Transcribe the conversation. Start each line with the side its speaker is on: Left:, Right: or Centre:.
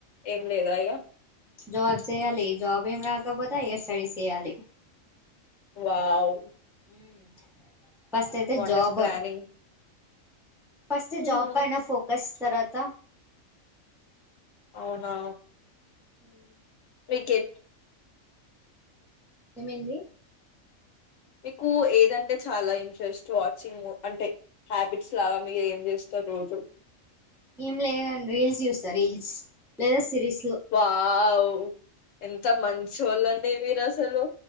Left: ఏం లేదా ఇగా
Centre: జాబ్ చేయాలి జాబ్ ఏం రాకపోతే ఎ స్టడీ చేయాలి
Left: వావ్
Centre: ఉమ్ ఫస్ట్ అయితే
Left: what
Centre: job
Left: a planning
Centre: first
Left: హ్మ్.
Centre: job పేయినా ఫకస్ తరవాత
Left: అవునా
Centre: ఉమ్
Left: క్రికెట్
Centre: ఏమేంది
Left: మీకు ఏదంటే చాలా ఇంట్రెస్ట్ వాచింగ్ అంటే హ్యాబిట్స్ లాగా మీరు ఏం చేస్తారు రోజు
Centre: ఏం లేదుండి రీల్స్ చూస్తా రీల్స్ లేదా సిరీస్
Left: వావ్ ఎంత మంచి వాళ్ళండి మీరు అసలు